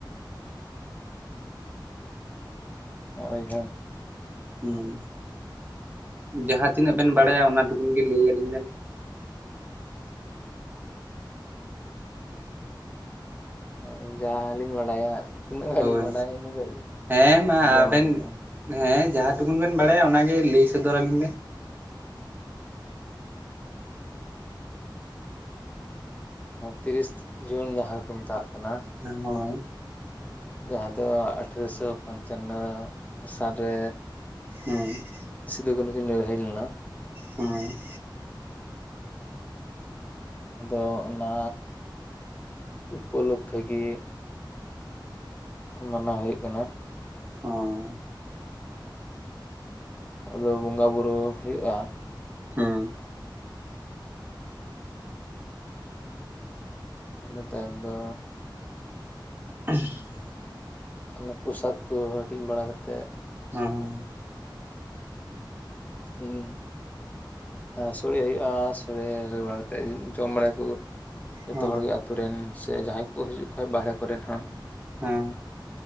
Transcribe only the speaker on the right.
ᱦᱢ ᱡᱟᱦᱟᱸ ᱛᱤᱱᱟᱹᱜ ᱵᱮᱱ ᱵᱟᱲᱟᱭᱟ ᱚᱱᱟ ᱴᱩᱠᱩᱱ ᱜᱮ ᱞᱟᱹᱭᱟᱞᱤᱧ ᱵᱮᱱ ᱾
ᱦᱳᱭ
ᱦᱮᱸ ᱢᱟ
ᱟᱵᱮᱱ
ᱦᱮᱸ ᱡᱟᱦᱟᱸ ᱴᱩᱠᱩᱱ ᱵᱮᱱ ᱵᱟᱲᱟᱭᱟ ᱚᱱᱟᱜᱮ ᱞᱟᱹᱭ ᱥᱚᱫᱚᱨ ᱟᱹᱞᱤᱧ ᱵᱮᱱ ᱾
ᱦᱳᱭ ᱾
ᱦᱮᱸ ᱾
ᱦᱮᱸ ᱾
ᱦᱢ ᱾
ᱦᱢ ᱾
<inaudible>
ᱦᱮᱸ ᱦᱮᱸ ᱾
ᱦᱮᱸ
ᱦᱮᱸ ᱾